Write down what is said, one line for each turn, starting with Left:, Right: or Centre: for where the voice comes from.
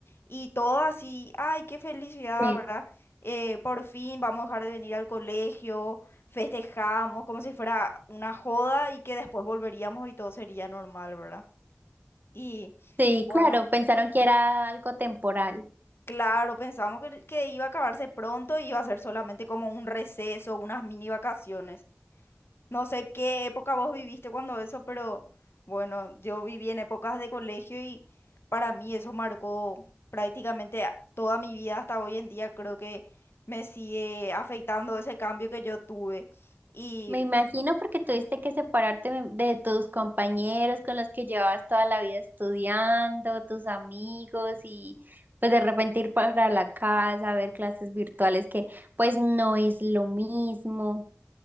Left: Y todo así, ay, qué felicidad,
Right: sí,
Left: ¿verdad? Eh, por fin vamos a dejar de venir al colegio festejábamos como si fuera una joda y que después volveríamos y todo sería normal, ¿verdad? Y
Right: sí,
Left: bueno,
Right: claro, pensaron que era algo temporal.
Left: claro, pensamos que, que iba a acabarse pronto y iba a ser solamente como un receso, unas mini vacaciones. No sé qué época vos viviste cuando eso, pero bueno, yo viví en épocas de colegio y para mí eso marcó prácticamente a- toda mi vida hasta hoy en día. Creo que me sigue afectando ese cambio que yo tuve. Y
Right: Me imagino porque tuviste que separarte de de tus compañeros con los que llevabas toda la vida estudiando, tus amigos y pues de repente ir para la casa, ver clases virtuales que pues no es lo mismo.